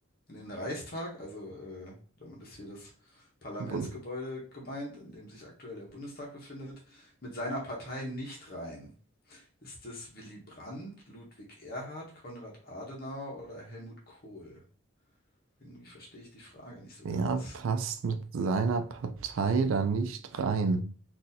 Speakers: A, on the left; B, on the right.
A: in den Reichstag? Also äh, damit ist hier das Parlamentsgebäude
B: Bund
A: gemeint, in dem sich aktuell der Bundestag befindet, mit seiner Partei nicht rein. Ist es Willy Brandt, Ludwig Erhard, Konrad Adenauer oder Helmut Kohl? Irgendwie verstehe ich die Frage nicht so
B: Wer
A: ganz.
B: passt mit seiner Partei da nicht rein?